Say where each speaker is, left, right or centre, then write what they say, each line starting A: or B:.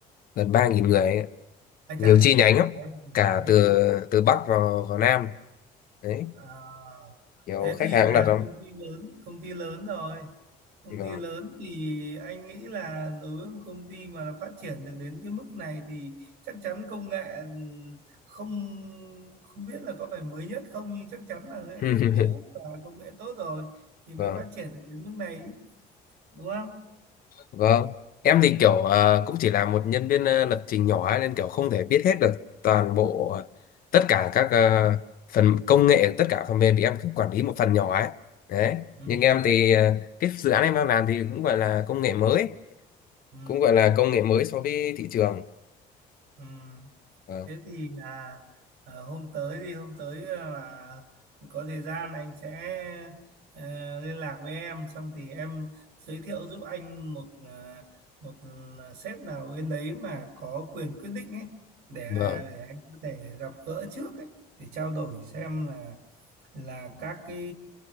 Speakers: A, on the left; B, on the right.
A: gần ba nghìn người ấy.
B: Ai
A: nhiều
B: chả?
A: chi nhánh lắm cả
B: Ồ,
A: từ từ Bắc vào vào Nam đấy
B: à,
A: nhiều
B: thế thì
A: khách hàng
B: là
A: cũng đặt lắm
B: công ty lớn, công ty lớn rồi. Công
A: vâng
B: ty lớn thì anh nghĩ là đối với một công ty mà nó phát triển được đến cái mức này thì chắc chắn công nghệ ừ, không không biết là có phải mới nhất không nhưng chắc chắn là sẽ
A: <laughs>
B: không cũ và công nghệ tốt rồi thì mới
A: vâng
B: phát triển được đến mức này đúng không?
A: Vâng, em thì kiểu ờ, cũng chỉ là một nhân viên ờ, lập trình nhỏ ấy, nên kiểu không thể biết hết được toàn bộ ờ, tất cả các ờ, phần công nghệ, tất cả phần mềm thì em cũng quản lý một phần nhỏ ấy. Đấy,
B: Ừ.
A: nhưng em thì ờ, cái dự án em đang làm thì cũng gọi là công nghệ mới,
B: Ừ.
A: cũng gọi là công nghệ mới so với thị trường.
B: Ừ.
A: Vâng,
B: Thế thì là ờ, hôm tới thì hôm tới là có thời gian anh sẽ ờ, liên lạc với em xong thì em giới thiệu giúp anh một ờ, một à, sếp nào bên đấy mà có quyền quyết định ấy để
A: vâng,
B: để anh có thể gặp gỡ trước ấy để trao đổi xem là là các cái